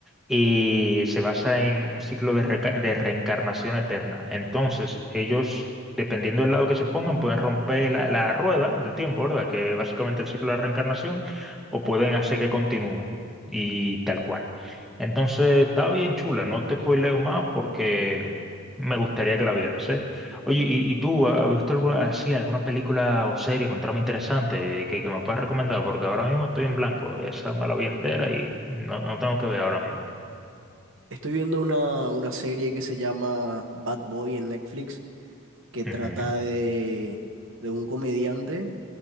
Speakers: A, in the centre; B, on the right (about 60°).
A: y se basa en un ciclo de, reca- de reencarnación eterna. Entonces, ellos, dependiendo del lado que se pongan, pueden romper la, la rueda del tiempo, ¿verdad? Que es básicamente el ciclo de la reencarnación, o pueden hacer que continúe y tal cual. Entonces, está bien chula, no te spoileo más porque me gustaría que la vieras, ¿eh? Oye, ¿y, y tú has visto alguna, así, alguna película o serie con trama interesante que, que me puedas recomendar? Porque ahora mismo estoy en blanco, esa me la vi entera y no, no tengo que ver ahora mismo.
B: Estoy viendo una, una serie que se llama Bad Boy en Netflix, que trata
A: Ujú,
B: de, de un comediante